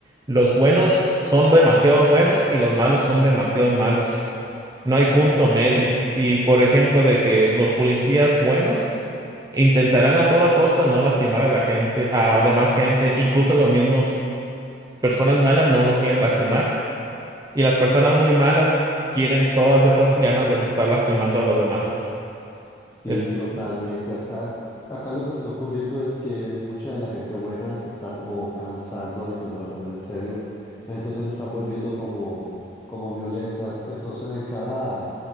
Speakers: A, on the right; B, on the left.
A: los buenos son demasiado buenos y los malos son demasiado malos. No hay punto medio. Y por ejemplo, de que los policías buenos Intentarán a toda costa no lastimar a la gente, a demás gente, incluso los mismos personas malas no lo quieren lastimar y las personas muy malas quieren todas esas ganas de estar lastimando a los demás.
B: Sí,
A: Este,
B: totalmente. Acá, acá lo que está ocurriendo es que mucha de la gente buena se está como cansando de que no la tomen en serio. Entonces se están volviendo como, como violentas. Entonces en cada,